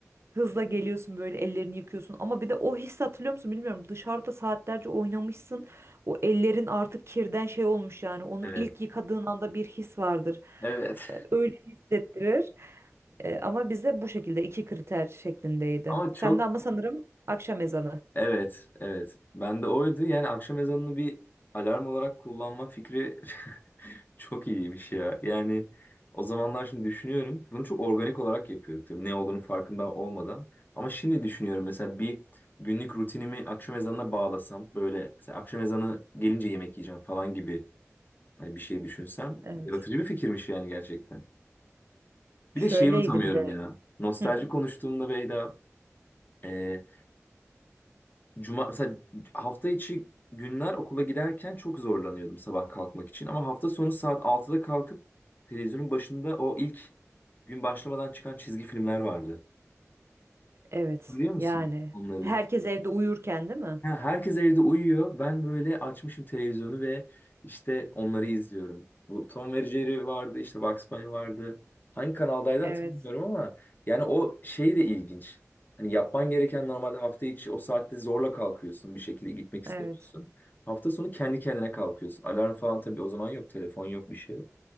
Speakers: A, on the right; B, on the left.
A: hızla geliyorsun böyle ellerini yıkıyorsun. Ama bir de o his hatırlıyor musun bilmiyorum. Dışarıda saatlerce oynamışsın. O ellerin artık kirden şey olmuş yani. Onu
B: Evet.
A: ilk yıkadığın anda bir his vardır
B: Evet.
A: öyle hissettirir. E, ama bize bu şekilde iki kriter şeklindeydi.
B: <laughs> Ama çok
A: Sen de ama sanırım akşam ezanı.
B: evet, evet. Ben de oydu. Yani akşam ezanını bir alarm olarak kullanma fikri <laughs> çok iyiymiş ya. Yani o zamanlar şimdi düşünüyorum. Bunu çok organik olarak yapıyorduk tabii ne olduğunu farkında olmadan. Ama şimdi düşünüyorum mesela bir günlük rutinimi akşam ezanına bağlasam böyle mesela akşam ezanı gelince yemek yiyeceğim falan gibi hani bir şey düşünsem
A: Evet.
B: yaratıcı bir fikirmiş yani gerçekten.
A: Şöyleydi
B: Bir de şeyi unutamıyorum
A: bir de.
B: ya. Nostalji
A: Hı,
B: konuştuğumda Beyda e, Cuma mesela hafta içi günler okula giderken çok zorlanıyordum sabah kalkmak için ama hafta sonu saat altıda kalkıp televizyonun başında o ilk gün başlamadan çıkan çizgi filmler vardı.
A: evet.
B: Biliyor musun
A: Yani
B: onları?
A: herkes evde uyurken değil mi?
B: Ha, Herkes evde uyuyor. Ben böyle açmışım televizyonu ve işte onları izliyorum. Bu Tom ve Jerry vardı, işte Bugs Bunny vardı. Hangi kanaldaydı
A: Evet.
B: hatırlamıyorum ama yani o şey de ilginç. Hani yapman gereken normalde hafta içi o saatte zorla kalkıyorsun bir şekilde gitmek istemiyorsun.
A: Evet.
B: Hafta sonu kendi kendine kalkıyorsun. Alarm falan tabii o zaman yok, telefon yok, bir şey yok.